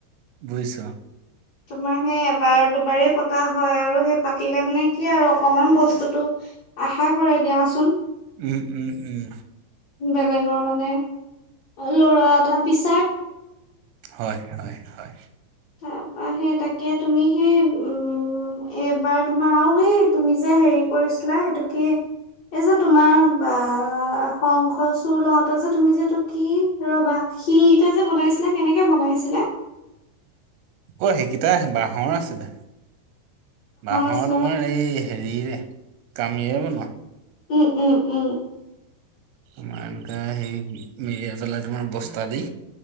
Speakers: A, on the right; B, on the left.
A: বুজিছোঁ অ'।
B: অ তোমাৰ সেই এবাৰ-দুবাৰেই পতা হয় আৰু সেই পাতিলে মানে কি আৰু অকমান বস্তুটো আশা কৰে দিয়াচোন।
A: উম উম উম।
B: বেলেগৰ মানে, ল'ৰা এটা বিচ
A: হয় হয়। হয়
B: তাৰ পৰা সেই তাকে তুমি সেই উম এইবাৰ তোমাৰ আৰু সেই তুমি যে হেৰি কৰিছিলা, এইটো কি, এই যে তোমাৰ বা শঙ্খচূ়ড় লওঁতে যে তুমি যে এইটো কি, ৰ'বা, শিলকেইটা যে বনাইছিলা, কেনেকে বনাইছিলা?
A: অ', সেইকেইটা বাঁহৰ আছিলে, বাঁহৰ
B: আছিলে
A: তোমাৰ
B: ন
A: এই হেৰিৰে, কামিৰে বনোৱা।
B: উম উম উম।
A: তোমাৰ এনেকা হেৰি, মেৰিয়াই পেলাই তোমাৰ বস্তা দি